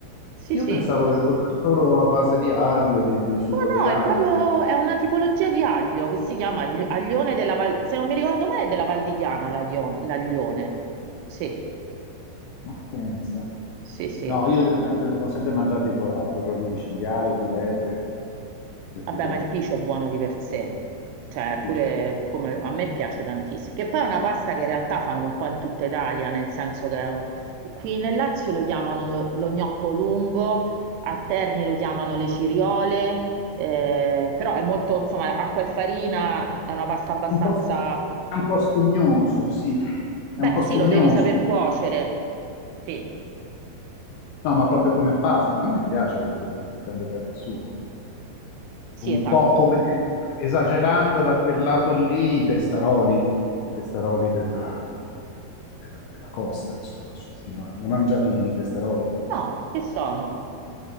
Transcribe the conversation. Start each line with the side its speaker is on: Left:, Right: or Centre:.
Right: Sì,
Left: Io
Right: sì.
Left: pensavo che fosse solo a base di aglio, di, di sugo
Right: No,
Left: di
Right: no,
Left: aglio.
Right: è proprio è una tipologia di aglio che si chiama agli- aglione della Val, se non mi ricordo male, è della Val di Chiana l'aglio- l'aglione. Sì,
Left: Ma pensa.
Right: sì, sì.
Left: No, io li ho sempre, li ho sempre mangiati con, con ragù di cinghiale o di lepre. Queste
Right: Vabbè,
Left: cose
Right: ma il
Left: qui.
Right: piscio è buono di per sé, cioè pure
Left: Dice.
Right: come a me piace tantissimo, che poi è una pasta che in realtà fanno un po' in tutta Italia, nel senso che eh, qui nel Lazio lo chiamano lo, lo gnocco lungo, a Terni lo chiamano le ciriole, eh, però è molto, insomma, acqua e farina, è una pasta abbastanza...
Left: Un po', è un po' spugnoso, sì.
Right: Beh,
Left: È un po' spugnoso.
Right: sì, lo devi saper cuocere. Sì,
Left: No, ma proprio come pasta, ma a me piace per quello, perché prende bene il sugo.
Right: sì,
Left: Un
Right: esatto.
Left: po' come esagerando da quel lato lì, i testaroli, i testaroli della, della- della costa, insomma, su- fino a, mangiati i testaroli.
Right: No, che sono?